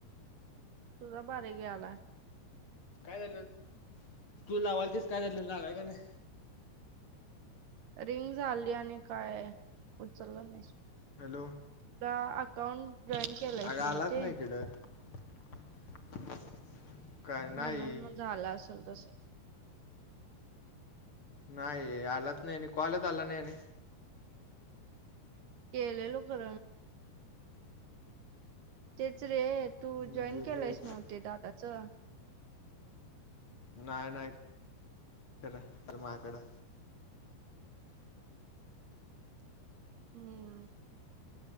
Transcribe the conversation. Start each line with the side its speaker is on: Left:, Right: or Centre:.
Right: तुझा बारीक यायलाय.
Left: काय झालं तू लावालतेस काय झालं लागाय का नाही?
Right: रिंग झाली आणि काय उचललं नाही.
Left: हॅलो.
Right: तर अकाउंट जॉईन केलायच
Left: अगं आलाच
Right: नव्हते
Left: नाही <unintelligible> नाही
Right: म्हणून म झाला असेल तसं.
Left: नाही यालाच नाही आणि कॉलच आला नाही आणि
Right: केलेलो खरं. तेच रे तू
Left: मी
Right: जॉईन
Left: गेलो
Right: केलं आहेस
Left: एक
Right: नव्हते दादाचं?
Left: नाय नाय तर माझाकडं
Right: हम्म.